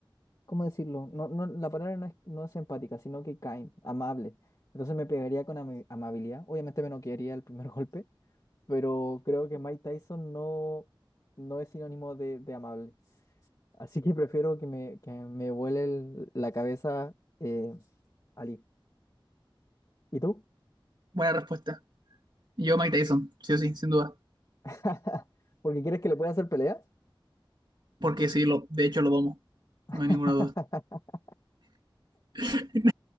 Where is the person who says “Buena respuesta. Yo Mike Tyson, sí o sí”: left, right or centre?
Right